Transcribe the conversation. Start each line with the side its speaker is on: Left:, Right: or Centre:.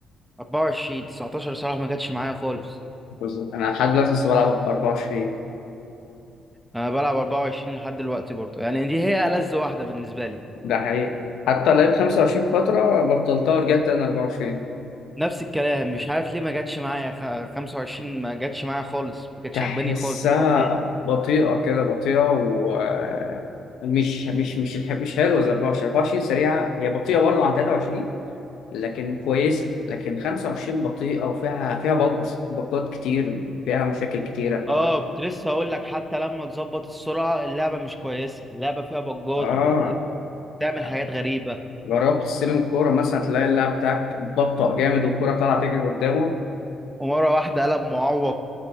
Centre: 24 19 صراحه ما جاتش معايا خالص
Left: بالظبط أنا لحد دلوقتي لسه بلعب ب 24
Centre: انا بلعب 24 لحد دلوقتي برضو يعني دي هي ألذ واحده بالنسبه لي
Left: ده حقيقي حتى لعبت 25 فترة بطلتها ورجعت أنا 24
Centre: نفس الكلام مش عارف ليه ما جاتش معايا خ- 25 ما جاتش معايا خالص ما كانتش
Left: تحسها
Centre: عاجباني خالص مش عارف
Left: بطيئة كده بطيئة ومش مش مش مش الح- مش حلوة زي 24 24 سريعة هي بطيئة برضه عن 23 لكن كويسة لكن 25 بطيئة وفيها فيها بجز بجات كتير وفيها مشاكل كتيرة ف
Centre: اه كنت لسه هقول لك حتى لما تظبط السرعه اللعبه مش كويسه اللعبه فيها بجات
Left: اه
Centre: وبتعمل
Left: يعني
Centre: حاجات غريبه
Left: جربت تستلم الكورة مثلا تلاقي اللاعب بتاعك بطأ جامد والكورة طالعة تجري قدامه
Centre: ومره واحده قلب معوق